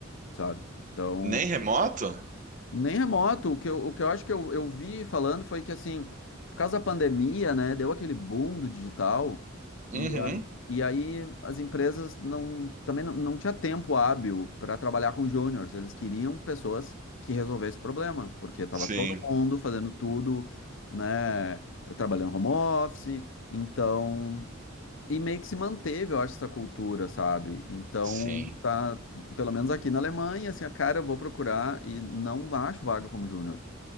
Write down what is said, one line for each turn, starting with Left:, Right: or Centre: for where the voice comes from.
Left: sabe? Então.
Right: Nem remoto?
Left: Nem remoto. O que eu, o que eu acho que eu, eu vi falando foi que, assim, por causa da pandemia, né, deu aquele boom do digital e,
Right: Uhum,
Left: a- e aí as empresas não, também não, não tinha tempo hábil para trabalhar com júniors. Eles queriam pessoas que resolvessem o problema, porque estava
Right: sim,
Left: todo mundo fazendo tudo, né, trabalhando home office. Então, e meio que se manteve, eu acho, essa cultura, sabe? Então,
Right: sim.
Left: tá, pelo menos aqui na Alemanha, assim, a cara, eu vou procurar e não acho vaga como júnior.